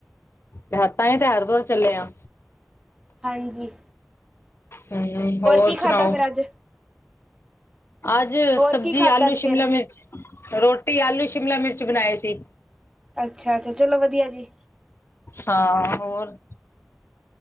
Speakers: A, on the left; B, on the right.
A: ਤਾਂ ਹੀ ਤੇ ਹਰਦੁਆਰ ਚੱਲੇ ਆਂ।
B: ਹਾਂਜੀ।
A: ਹਮ ਹੋਰ
B: ਕੀ
A: ਸੁਣਾਓ।
B: ਖਾਧਾ ਫਿਰ ਅੱਜ
A: ਅੱਜ
B: ਹੋਰ
A: ਸਬਜ਼ੀ
B: ਕੀ ਖਾਧਾ
A: ਆਲੂ
B: ਅੱਜ
A: ਸ਼ਿਮਲਾ
B: ਫਿਰ
A: ਮਿਰਚ ਰੋਟੀ ਆਲੂ ਸ਼ਿਮਲਾ ਮਿਰਚ ਬਣਾਏ ਸੀ।
B: ਅੱਛਾ ਤੇ ਚਲੋ ਵਧੀਆ ਜੀ।
A: ਹਾਂ ਹੋਰ।